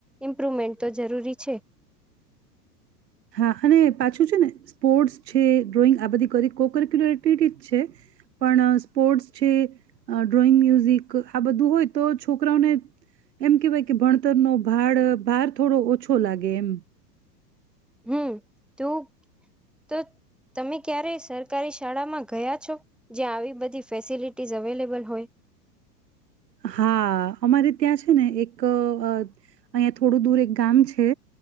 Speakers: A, in the centre; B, on the right.
A: ઇમ્પ્રુવમેન્ટ તો જરૂરી છે.
B: હા અને પાછું છે ને સ્પોર્ટ્સ છે ડ્રોઈંગ આ બધી કરી કોકિક્યુલર એક્ટિવિટી છે. પણ સ્પોર્ટ્સ છે ડ્રોઈંગ મ્યુઝિક આ બધું હોય. તો છોકરાઓને એમ કહેવાય કે ભણતરનો ભાડ ભાર થોડો ઓછો લાગે એમ
A: હમ તું તો તમે ક્યારે સરકારી શાળામાં ગયા છો. જ્યાં આવી બધી ફેસિલિટીઝ અવેલેબલ હોય.
B: હા અમારે ત્યાં છે. ને એક અહીંયા થોડું દૂર એક ગામ છે.